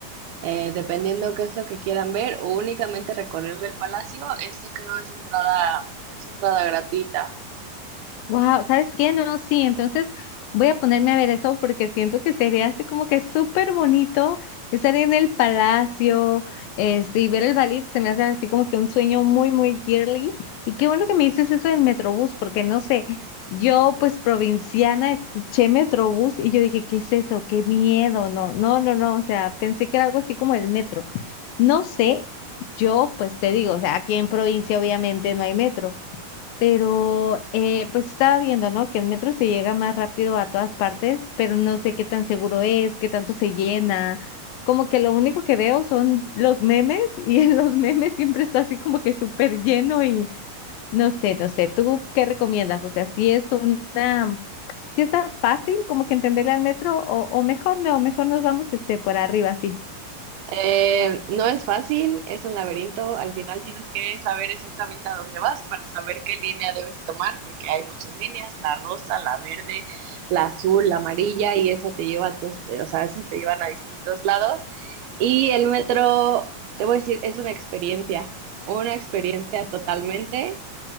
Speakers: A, on the right; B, on the left.
A: eh, dependiendo qué es lo que quieran ver, o únicamente recorrer el palacio, este creo es entrada, es entrada gratuita.
B: Wow, ¿sabes qué? No, sí, entonces voy a ponerme a ver eso porque siento que sería así como que súper bonito estar en el palacio, este, y ver el ballet, se me hace así como que un sueño muy, muy girly. Y qué bueno que me dices eso del Metrobús, porque no sé, yo pues provinciana escuché Metrobús y yo dije, ¿qué es eso? Qué miedo, no, no, no, no, o sea, pensé que era algo así como el metro. No sé, yo pues te digo, o sea, aquí en provincia obviamente no hay metro. Pero eh, pues estaba viendo, ¿no? Que en metro se llega más rápido a todas partes, pero no sé qué tan seguro es, qué tanto se llena. Como que lo único que veo son los memes <laughs> y en los memes siempre está así como que súper lleno y no sé, no sé. ¿Tú qué recomiendas? O sea, si es una, si está fácil como que entenderle al metro o, o mejor no, mejor nos vamos este por arriba así.
A: Eh, no es fácil, es un laberinto, al final tienes que saber exactamente a dónde vas para saber qué línea debes tomar, porque hay muchas líneas, la rosa, la verde, la azul, la amarilla, y esa te lleva a tus- eh, o sea, esas te llevan a distintos lados. Y el metro, te voy a decir, es una experiencia, una experiencia totalmente.